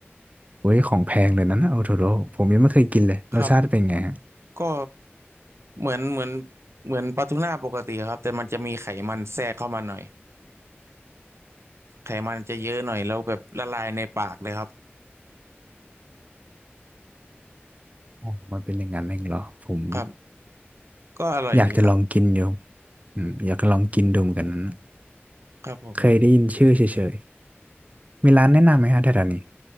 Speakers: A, on the right; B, on the right.
A: โหของแพงเลยนั้นนะโอโทโร่ผมยังไม่เคยกินเลยรสชาติเป็นไงฮะ
B: ครับก็เหมือนเหมือนเหมือนปลาทูน่าปกติครับแต่มันจะมีไขมันแทรกเข้ามาหน่อยไขมันจะเยอะหน่อยแล้วแบบละลายในปากเลยครับ
A: อ๋อมันเป็นอย่างนั้นเองเหรอผม
B: ครับก็อร่อยดีครับ
A: อยากจะลองกินอยู่อืมอยากจะลองกินดูเหมือนกันนั้น
B: ครับผม
A: เคยได้ยินชื่อเฉยๆมีร้านแนะนำไหมฮะแถวๆนี้